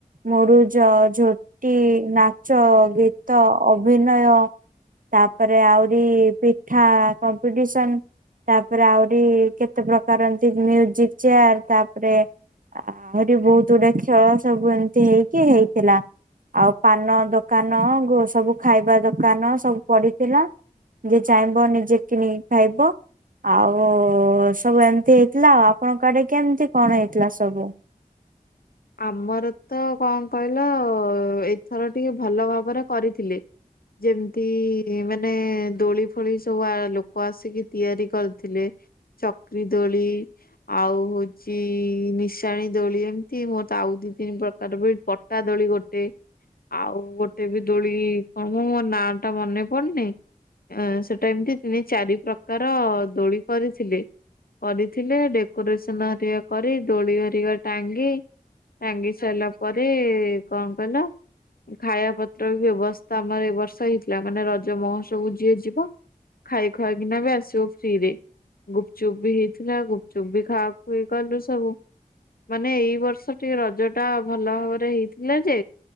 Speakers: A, on the right; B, on the left.
A: ମରୁଜ, ଝୋଟି, ନାଚ, ଗୀତ, ଅଭିନୟ ତାପରେ ଆହୁରି ପିଠା କମ୍ପିଟିସନ ତାପରେ ଆହୁରି କେତେ ପ୍ରକାର ଏମିତି ମିୟୁଜିକ ଚେୟାର ତାପରେ ଆହୁରି ବହୁତ ଗୁଡେ ଖେଳ ସବୁ ଏମିତି ହେଇକି ହେଇଥିଲା। ଆଉ ପାନ ଦୋକାନ ସବୁ ଗୋ ଖାଇବା ଦୋ ଦୋକାନ ସବୁ ପଡିଥିଲା। ଯିଏ ଚାହିଁବ ନିଜେ କିନିକି ଖାଇବ। ଆଉ ସବୁ ଏମିତି ହେଇଥିଲା ଆଉ ଆପଣଙ୍କ ଆଡେ କେମିତି କଣ ହେଇ ଥିଲା ସବୁ
B: ଆମର ତ କଣ କହିଲ ଏଇଥର ଟିକେ ଭଲ ଭାବରେ କରିଥିଲେ। ଯେମତି ମାନେ ଦୋଳି ଫୋଳି ସବୁ ଆ ଲୋକ ଆସିକି ତିଆରି କରିଥିଲେ। ଚକ୍ରି ଦୋଳି ଆଉ ହୋଉଚି ନି ଟାଣି ଦୋଳି ଏମିତି ମୋର ତ ଆଉ ଦି ତିନି ପ୍ରକାର ପଟା ଦୋଳି ଗୋଟେ ଆଉ ଗୋଟେ ବି ଦୋଳି କଣ ମ ମୋ ନା ଟା ମନେ ପଡୁନି। ଅ ସେଟା ଏମତି ତିନି ଚାରି ପ୍ରକାର ଦୋଳି କରିଥିଲେ। କରିଥିଲେ ଡେକୋରେସନ ହେରିିକା କରି ଦୋଳି ହେରିିକା ଟାଙ୍ଗି ଟାଙ୍ଗି ସାରିଲା ପରେ କଣ କହିଲ ଖାଇବା ପତ୍ର ବି ବ୍ୟବସ୍ଥା ଆମର ଏ ବର୍ଷ ହେଇଥିଲା। ମାନେ ରଜ ମହଉତ୍ସବକୁ ଯିଏ ଯିବ ଖାଇ ଖୁଆକିନା ବି ଆସିବ ଫ୍ରିରେ ଗୁପଚୁପ୍ ବି ହେଇଥିଲା। ଗୁପଚୁପ୍ ବି ଖାଆ ଖୁଇ କଲୁ ସବୁ ମାନେ ଏଇ ବର୍ଷ ଟିକେ ରଜ ଟା ଭଲ ଭାବରେ ହେଇଥିଲା ଯେ